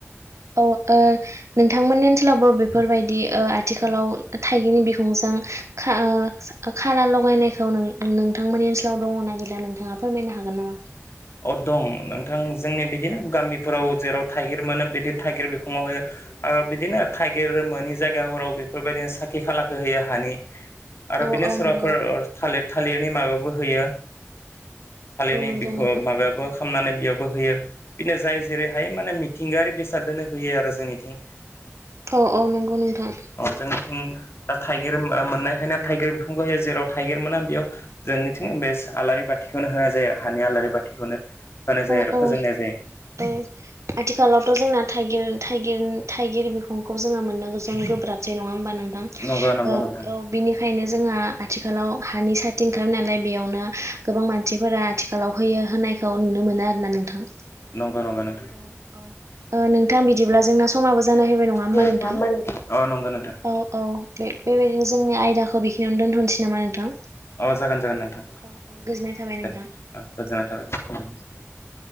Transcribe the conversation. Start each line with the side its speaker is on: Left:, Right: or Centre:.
Right: औ नोंथांमोननि ओनसोलावबो बेफोरबायदि आथिखालाव थाइगिनि बिखुं जायो खाला लगायनायखौ नोंथांनि ओनसोलाव दंङोना गैला नोंथांङा फोरमाय नो हागोन नामा
Left: अ दं नोंथां जोंनि बिदिनो गामिफोराव जेराव थाइगिर मोनो बिदि थाइगिर बिखंङाव होयो बिदिनो थाइगिर मोनोनि जायगाफोराव बेफोरबायदिनो साखि खालाखौ होयो हानि आरो
Right: औ
Left: बिदिनो
Right: औ
Left: सोरबाफोर
Right: नंगौ
Left: थालिर थालिरनि माबाबो होयो थालिरनि
Right: औ नंगौ
Left: बिखौ
Right: नोंथां
Left: माबायाबो खालामनानै बेयावाब होयो बिदिनो जाय जेरैहाय माने मिथिंगायारि बेसादनो होयो आरो जोंनिथिं
Right: औ औ नंगौ नोंथां
Left: जोंंनि थिं थाइगिर मोननायखायनो थाइगिर बिखुंखौ जेराव थाइगिर मोना बेयाव जोंनिथिं आलारि बाथिखौ होनाय जायो हानि आलारि बाथिखौनो होनाय
Right: औ
Left: जायो आरो
Right: औ
Left: फोजोंनाय जायो ।
Right: औ आथिखालावथ' जोंना थाइगिर थगिर थाइगिर बे फंखौ जोंङो मोननो गोब्राब नंङा होमबाना
Left: नंगौ नंगौ नोंथां
Right: बिनिखायनो जोंहा आथिखालाव हानि साथिं ओंखारनायालाय बेयावनो गोबां मानसिफोरा आथिखालाव होयो होननायखौ नुनो मोनो आरोना नोंथां
Left: नंगौ नंगौ नोंथां
Right: औ - औ नोंथां बिदिब्ला जोंना समा जनाय फैनाय नंङा
Left: नङा
Right: हबा नोंथां
Left: होमबा अ नंगौ नोंथां
Right: औ औ बेबायदिनो जोंनि आयदाखौ बेयावनो दोनथ'सै नामा नोंथां
Left: औ जागोन जागोन नायोन
Right: औ औ गोजोननाय थाबाय नोंथां
Left: दे गोजोन थाबाय